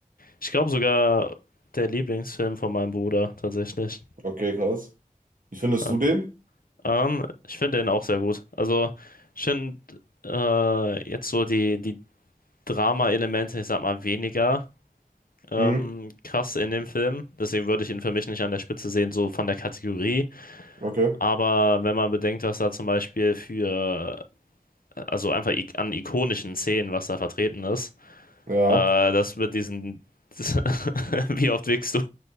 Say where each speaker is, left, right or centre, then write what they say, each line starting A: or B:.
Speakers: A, on the left (about 85°); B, on the right (about 70°).
A: ich glaube, sogar der Lieblingsfilm von meinem Bruder tatsächlich.
B: Okay, krass. Wie findest
A: Dann.
B: du den?
A: Ähm, ich finde den auch sehr gut. Also, ich finde äh, jetzt so die, die Drama-Elemente, ich sag mal, weniger ähm,
B: Hm,
A: krass in dem Film. Deswegen würde ich ihn für mich nicht an der Spitze sehen, so von der Kategorie.
B: okay.
A: Aber wenn man bedenkt, was da zum Beispiel für also einfach ik an ikonischen Szenen, was da vertreten ist.
B: Ja.
A: Äh, das mit diesen, <laughs> wie oft wickst du?